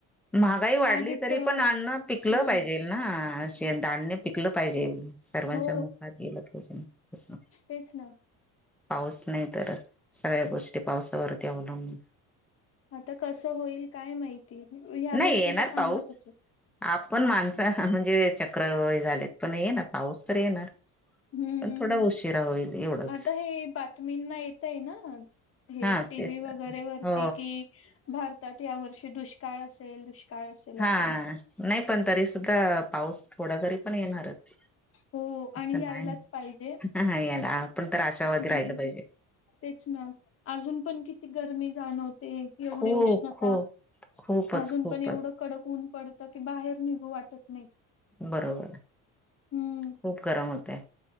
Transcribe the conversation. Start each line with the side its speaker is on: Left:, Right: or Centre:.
Centre: महागाई वाढली
Left: आधीच
Centre: तरी
Left: अ,
Centre: पण अन्न पिकलं
Left: हम्म
Centre: पाहिजेल ना असे धान्य पिकलं पाहिजे सर्वांच्या
Left: हो
Centre: मुखात गेलं पाहिजे असं
Left: तेच ना
Centre: पाऊस नाही तर सगळ्या गोष्टी पावसावरती अवलंबून
Left: आता कसं होईल काय माहिती या
Centre: नाही
Left: वर्षी
Centre: येणार
Left: तर सांगतच
Centre: पाऊस आपण माणस म्हणजे चक्र झालेत पण ये ना पाऊस तर येणार
Left: हम्म
Centre: पण थोडा उशीरा होईल. एवढंच
Left: आता हे बातमींना येत आहे ना हे
Centre: हा
Left: टी
Centre: तेच
Left: व्ही वगैरे वरती
Centre: हो
Left: कि भारतात या वर्षी दुष्काळ असेल दुष्काळ असेल
Centre: हा
Left: असं
Centre: नाही पण तरी सुद्धा पाऊस थोडा तरी पण येणारच
Left: हो
Centre: असं
Left: आणि यायलाच
Centre: नाही
Left: पाहिजे
Centre: ह हा येणार आपण तर आशावरती
Left: हम्म
Centre: राहिलं पाहिजे.
Left: तेच ना अजून पण किती गरमी जाणवते. एवढी
Centre: खूप
Left: उष्णता
Centre: खूप खूपच
Left: अजून
Centre: खूपच
Left: पण एवढं कडक ऊन पडत की बाहेर निघू वाटत नाही.
Centre: बरोबर
Left: हम्म
Centre: खूप गरम होतय